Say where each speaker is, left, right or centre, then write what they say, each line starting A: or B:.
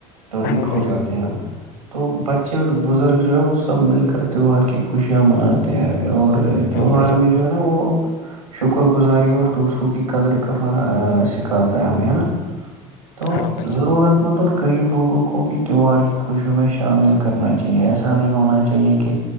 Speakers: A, on the right; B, on the left.
A: تو
B: ہاں
A: ایک
B: بھائی
A: ہو جاتے ہیں ہم تو بچے اور بزرگ جو ہے وہ سب مل کر تہوار کی خوشیاں منا تیں ہے اور تیوہار
B: ہاں بھائی جان
A: میں جو ہے نا وہ شکر گزاری اور دوسروں کی قدر کرنا سکھاتا ہے ہمیں ہے نا تو
B: ہاں بھائی جان
A: ضرورت مند اور غریب لوگ گوں کو بھی تیوار کی خوشیوں میں شامل کرنا چاہیے ایسا نہیں ہونا چاہیے کہ